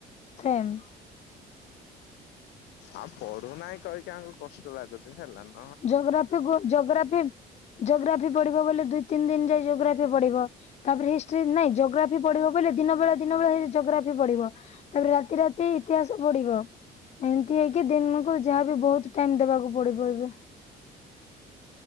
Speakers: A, on the left (about 40°); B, on the left (about 80°).
A: ସେମ୍।
B: ଆଉ ପଢୁନାହିଁ କହିକି ଆମଙ୍କୁ କଷ୍ଟ ଲାଗୁଚି ହେଲାନ।
A: ଜୋଗ୍ରାଫି ଗୋ ଜୋଗ୍ରାଫି ଜୋଗ୍ରାଫି ପଢିବ ବୋଲି ଦୁଇ ତିନି ଦିନ ଯାଇ ଜୋଗ୍ରାଫି ପଢିବ। ତାପରେ ହିଷ୍ଟ୍ରି ନାଇଁ ଜୋଗ୍ରାଫି ପଢିବ କଇଲେ ଦିନ ବେଳା ଦିନ ବେଳା ଏଇ ଜୋଗ୍ରାଫି ପଢିବ। ତାପରେ ରାତି ରାତି ଇତିହାସ ପଢିବ। ଏମତି ହେଇକି ଦିମକୁ ଯାହାବି ବୋହୁତ ଟାଇମ ଦେବାକୁ ପଡିବ ଏବେ।